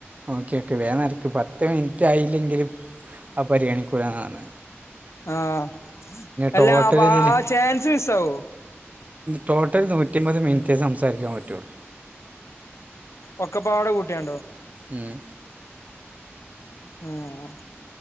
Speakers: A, on the right; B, on the left.
A: ഓക്കെ ഓക്കെ വേഗം നടക്ക് പത്ത് മിനിറ്റായില്ലെങ്കിൽ അത് പരിഗണിക്കൂല ന്നാ പറന്ന്
B: ആഹ്
A: ടോട്ടൽ
B: എല്ലാ ആ ബാ
A: ഇതിൽ
B: ചാൻസ് മിസ്സാവോ
A: ടോട്ടൽ നൂറ്റിമ്പത് മിനിറ്റ് സംസാരിക്കാൻ പറ്റുള്ളൂ
B: ഒക്കെപ്പാടെ കൂട്ടിയാണ്ടോ
A: മ്മ്
B: ഉം